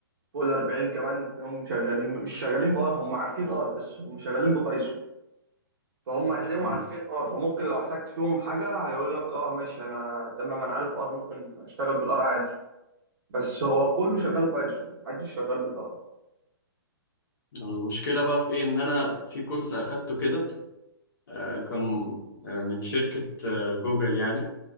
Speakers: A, on the right; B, on the left.
A: فوق الأربعين كمان تلاقيهم شغالين مش شغالين بار هم عارفين ار بس هم شغالين ببايثون فهم هتلاقيهم
B: امم
A: عارفين ار فممكن لو احتجت فيهم حاجه هيقول لك اه ماشي انا تمام انا عارف ار ممكن اشتغل بالار عادي بس هو كله شغال بايثون محدش شغال بالار
B: المشكله بقى في ايه ان انا في كورس اخدته كده آه، كان آه، من شركة آه، جوجل يعني